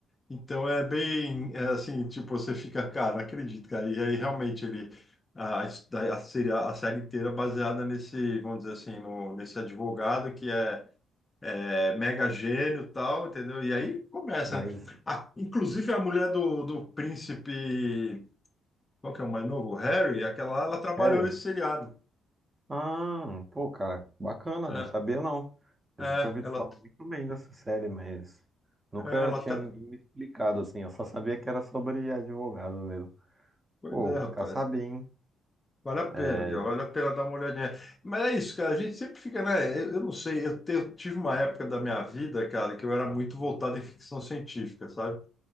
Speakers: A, on the left; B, on the right.
A: Então é bem é assim, tipo, você fica, cara, não acredito, cara. E aí realmente ele a, a, a série, a série inteira é baseada nesse, vamos dizer assim, no, nesse advogado que é é mega gênio e tal, entendeu? E aí começa,
B: Mas,
A: né? A- inclusive a mulher do, do príncipe, qual que é o mais novo? O Harry, aquela, lá, ela trabalhou
B: Harry,
A: nesse seriado.
B: Ah, pô, cara, bacana,
A: É,
B: não sabia não. A
A: é,
B: gente tinha ouvido
A: ela,
B: falar muito bem dessa série, mas nunca
A: é, ela
B: tinha
A: tra-
B: ninguém me explicado assim. Eu só sabia que era sobre advogado mesmo.
A: Pois
B: Pô,
A: é,
B: vou buscar
A: rapaz.
B: saber, hein?
A: Vale a pena,
B: É,
A: Miguel, vale a pena dar uma olhadinha. Mas é isso, cara, a gente sempre fica, né? Eu, eu não sei, eu, te- eu tive uma época da minha vida, cara, que eu era muito voltado em ficção científica, sabe?